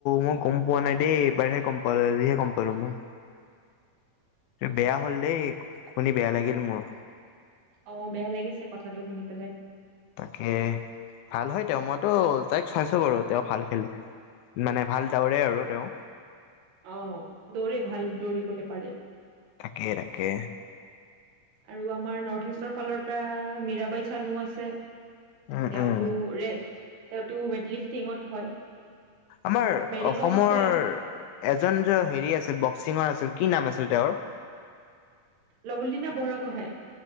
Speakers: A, on the left; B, on the right.
A: মই গম পোৱা নাই দেই এইবাৰহে গম পালো আজিহে গম পালোঁ মই। বেয়া হল দেই, শুনি বেয়া লাগিল মোৰ।
B: অঁ, বেয়া লাগিছে কথাটো শুনি পেলাই।
A: তাকে ভাল হয় তেওঁ, মইতো তাইক চাইছো বাৰু তেওঁ ভাল খেলে। মানে ভাল ডাৱৰে আৰু তেওঁ
B: অ, দৌৰে ভাল দৌৰিবলে পাৰে
A: থাকে-থাকে
B: আৰু আমাৰ নৰ্থ ইষ্টৰ ফালৰ পৰা মীৰাবাই চানো আছে তেওঁতো
A: উম উম।
B: ৰে তেওঁটো ৱেইট লিফটিঙত হয়
A: আমাৰ
B: তাৰপিছত মেৰি
A: অসমৰ
B: কম আছে
A: এজন যে হেৰি আছিল বক্সিঙৰ আছিল কি নাম আছিল তেওঁৰ
B: লভলীনা বঢ়াগোঁহাই